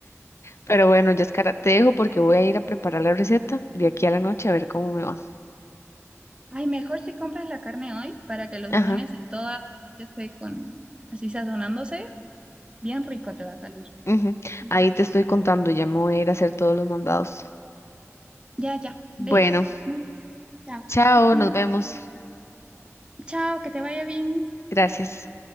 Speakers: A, on the left; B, on the right.
A: Pero bueno, Yaskara, te dejo porque voy a ir a preparar la receta de aquí a la noche a ver cómo me va.
B: Ay, mejor si compras la carne hoy para que los
A: Ajá.
B: sazones y toda la noche esté con así sazonándose. Bien rico te va a salir.
A: ujú.
B: Ujú.
A: Ahí te estoy contando, ya me voy a ir a hacer todos los mandados.
B: Ya, ya,
A: Bueno,
B: ves. No. ya
A: chao,
B: Ujú.
A: nos vemos.
B: Chao, que te vaya bien.
A: Gracias.